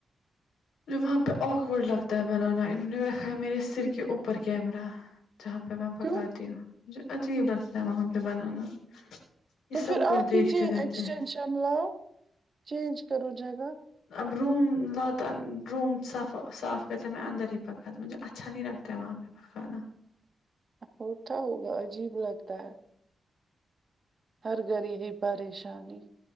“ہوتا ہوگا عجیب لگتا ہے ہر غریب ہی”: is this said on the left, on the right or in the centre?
Right